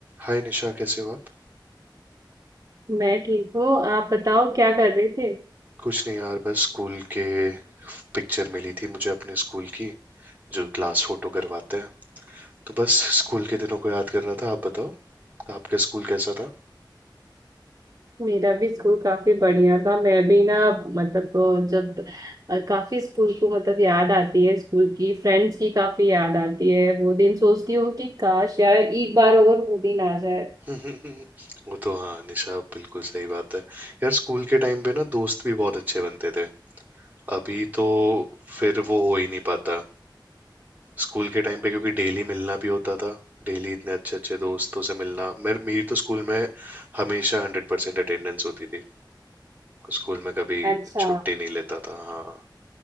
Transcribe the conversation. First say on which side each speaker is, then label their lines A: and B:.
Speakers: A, on the right; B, on the right.
A: हाय निशा कैसे हो आप
B: मैं ठीक हूँ आप बताओ क्या कर रहे थे
A: कुछ नहीं यार बस स्कूल के पिक्चर मिली थी मुझे अपने स्कूल की जो क्लास फोटो करवाते हैं तो बस स्कूल के दिनों को याद कर रहा था आप बताओ आपका स्कूल कैसा था
B: मेरा भी स्कूल काफी बढ़िया था मैं भी ना मतलब अ, जब अ, काफी स्कूल को मतलब याद आती है स्कूल की फ्रेंड्स की काफी याद आती है वो दिन सोचती हूँ कि काश यार एक बार और वो दिन आ जाए
A: <laughs> वो तो हाँ निशा बिल्कुल सही बात है यार स्कूल के टाइम पे ना दोस्त भी बहुत अच्छे बनते थे अभी तो फिर वो हो ही नहीं पाता स्कूल के टाइम पे क्योंकि डेली मिलना भी होता था डेली इतने अच्छे अच्छे दोस्तों से मिलना मेर- मेरी तो स्कूल में हमेशा हंड्रेड परसेंट अटेंडेंस होती थी स्कूल में कभी
B: अच्छा
A: छुट्टी नहीं लेता था हाँ